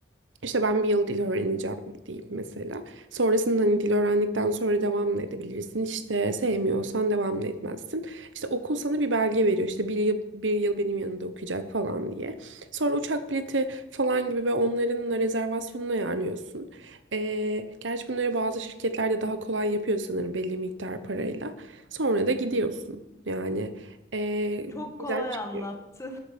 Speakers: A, on the right; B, on the left.
A: işte ben bir yıl dil öğreneceğim deyip mesela. Sonrasında hani dil öğrendikten sonra devam da edebilirsin. İşte sevmiyorsan devam da etmezsin. İşte okul sana bir belge veriyor. İşte bir yıl, bir yıl benim yanında okuyacak falan diye. Sonra uçak bileti falan gibi ve onların da rezervasyonunu ayarlıyorsun. Ee, gerçi bunları bazı şirketlerde daha kolay yapıyor sanırım belli miktar parayla. Sonra da gidiyorsun. Yani ee,
B: Çok
A: birden
B: kolay
A: çıkıyor.
B: anlattın.